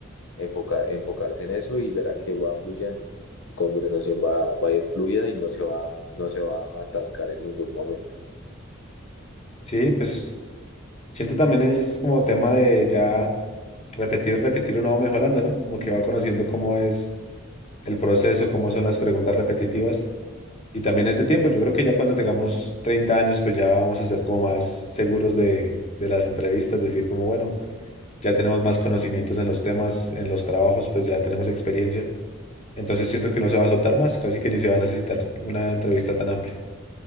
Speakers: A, on the left; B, on the left.
A: enfoca- enfocarse en eso y verá que va fluyendo, su conversación va, va a ir fluida y no se va, no se va a atascar en ningún momento.
B: Sí, pues siento también es como tema de ya repetir, repetir uno va mejorando, ¿no? Como que va conociendo cómo es el proceso, cómo son las preguntas repetitivas Y también es de tiempo. Yo creo que ya cuando tengamos 30 años, pues ya vamos a ser como más seguros de, de las entrevistas, decir como, bueno, ya tenemos más conocimientos en los temas, en los trabajos, pues ya tenemos experiencia. Entonces siento que no se va a soltar más, casi que ni se va a necesitar una entrevista tan amplia.